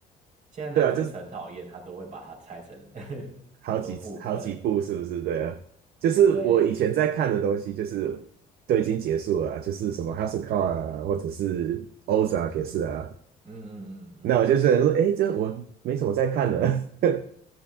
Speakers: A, on the right; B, on the right.
A: 现在
B: 对啊，
A: Netflix
B: 就是
A: 很讨厌，它都会把它拆成 <laughs> 很多部分。
B: 好几好几部是不是？对啊，就是我以前在看的东西，
A: 对，
B: 就是都已经结束了啊就是什么 House Call 啊，或者是 Ozark 也是啊。
A: 嗯嗯嗯
B: 那我就是说，哎，这我没什么在看的。<laughs>